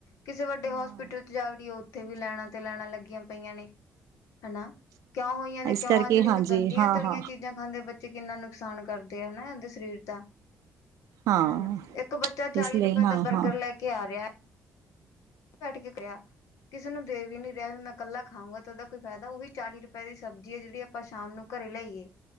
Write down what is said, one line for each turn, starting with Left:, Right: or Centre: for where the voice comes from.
Left: ਕਿਸੇ ਵੱਡੇ,
Right: ਹਾਂ
Left: ਹੋਸਪਿਟਲ ਚ ਜਾਵੜੀਏ, ਉੱਥੇ ਵੀ ਲੈਣਾ ਤੇ ਲੈਣਾ, ਲੱਗੀਆਂ ਪਈਆਂ ਨੇ ਹਨਾ ਕਿਉਂ ਹੋਈਆਂ ਨੇ
Right: ਇਸ
Left: ਕਿਉਂ,
Right: ਕਰਕੇ
Left: ਆ ਜਿਹੜੀਆਂ
Right: ਹਾਂਜੀ
Left: ਗੰਦੀਆਂ
Right: ਹਾਂ,
Left: ਤਲੀਆਂ
Right: ਹਾਂ,
Left: ਚੀ ਜ਼ਾਂ ਖਾਂਦੇ ਬੱਚੇ, ਕਿੰਨਾ ਨੁਕਸਾਨ ਕਰਦੇ ਆ ਹਨਾ, ਆਪ ਦੇ ਸਰੀਰ ਦਾ
Right: ਹਾਂ।
Left: ਹਨਾ, ਇੱਕ ਬੱਚਾ ਚਾਲੀ
Right: ਇਸ ਲਈ
Left: ਰੁਪਏ
Right: ਹਾਂ,
Left: ਦਾ, ਬਰਗਰ
Right: ਹਾਂ,
Left: ਲੈ ਕੇ ਆ ਰਿਹਾ ਬੈਠ ਕੇ ਕੈਆ ਕਿਸੇ ਨੂੰ ਦੇ ਵੀ ਨੀ ਰੈਯਾ ਵੀ ਮੈਂ ਕੱਲਾ ਖਾਊਗਾ ਤੇ ਓਦਾ ਕੋਈ ਫੈਦਾ ਓਵੀ ਚਾਲੀ ਰੁਪਏ ਦੀ ਸਬਜ਼ੀ ਐ ਜੇੜੀ ਆ ਆਪਾਂ ਸ਼ਾਮ ਨੂੰ ਕਰੇ ਲਾਈਏ